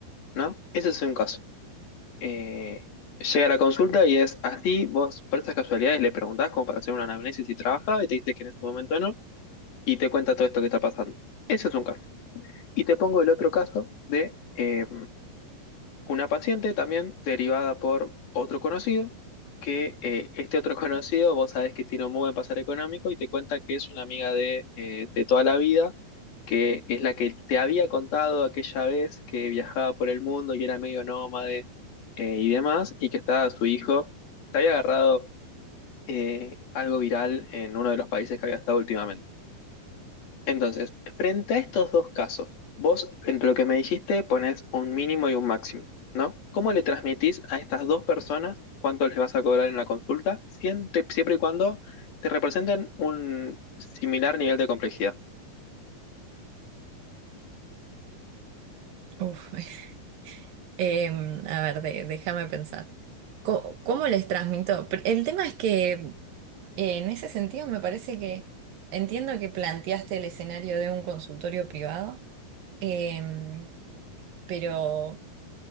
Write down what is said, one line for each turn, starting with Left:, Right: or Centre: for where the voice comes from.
Left: ¿no? Ese es un caso eh, llega a la consulta y es así, vos por esas casualidades le preguntás como para hacer una anamnesis si trabajaba y te dice que en este momento no, y te cuenta todo esto que está pasando. Ese es un caso. Y te pongo el otro caso de, eh, una paciente también derivada por otro conocido, que eh, este otro <laughs> conocido, vos sabés que tiene un muy buen pasar económico y te cuenta que es una amiga de, eh, de toda la vida, que es la que te había contado aquella vez que viajaba por el mundo y era medio nómade eh, y demás, y que estaba su hijo, te había agarrado eh, algo viral en uno de los países que había estado últimamente. Entonces, frente a estos dos casos, vos entre lo que me dijiste ponés un mínimo y un máximo, ¿no? ¿Cómo le transmitís a estas dos personas cuánto les vas a cobrar en la consulta, siempre, siempre y cuando te representen un similar nivel de complejidad?
Right: Uf, <laughs> em, a ver, de- déjame pensar. Co- ¿Cómo, les transmito? Pr- El tema es que En ese sentido, me parece que entiendo que planteaste el escenario de un consultorio privado, em, pero